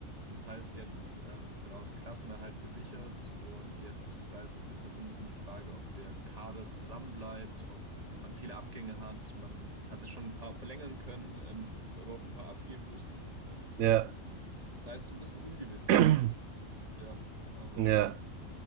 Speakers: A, on the right; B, on the right.
A: Und das heißt jetzt ähm, genau das Klassenerhalt gesichert und jetzt bleibt ist halt so ein bisschen die Frage, ob der Kader zusammenbleibt, ob man viele Abgänge hat. Man hat es schon ein paar verlängern können, ähm, hat es aber auch ein paar abgeben müssen.
B: Ja,
A: Das heißt, es ist ein bisschen ungewiss,
B: <clears throat>
A: die, die Zukunft, ja. Aber mal
B: ja.
A: schauen.